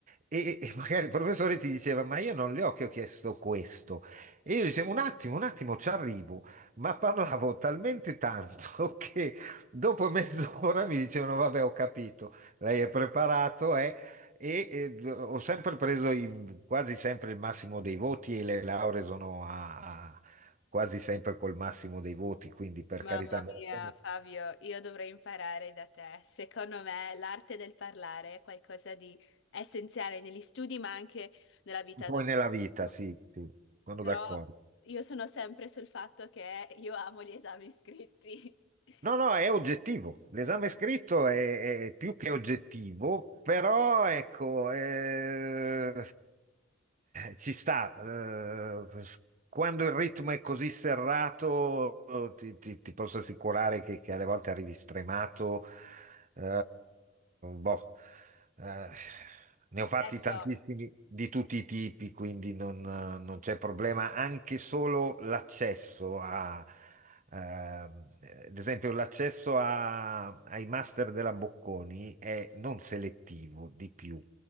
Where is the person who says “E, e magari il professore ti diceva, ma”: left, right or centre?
Right